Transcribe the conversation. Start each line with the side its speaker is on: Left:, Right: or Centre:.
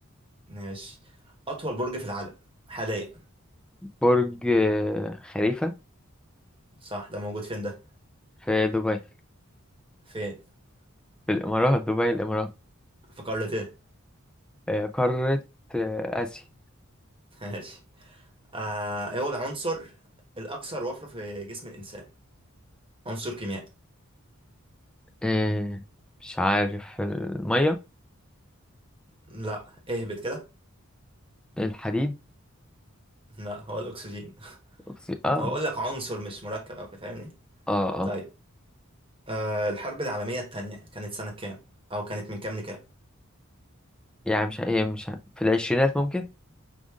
Right: ماشي أطول برج في العالم حاليا
Centre: برج آه، خليفة
Right: صح ده موجود فين ده؟
Centre: في دبي
Right: فين؟
Centre: في الإمارات دبي الإمارات
Right: في قارة إيه؟
Centre: آه، قارة آه، آسيا
Right: <laughs> ماشي آه إيه هو العنصر الأكثر وفرة في جسم الإنسان؟ عنصر كيميائي
Centre: آه، مش عارف المية
Right: لا اهبط كده
Centre: الحديد
Right: لا هو الأكسجين
Centre: أكسي- اه
Right: هو أقول لك عنصر مش مركب أو كده فاهمني؟
Centre: اه اه
Right: طيب آه الحرب العالمية التانية كانت سنة كام؟ أو كانت من كام لكام؟
Centre: يعني مش هي مش ه- في العشرينات ممكن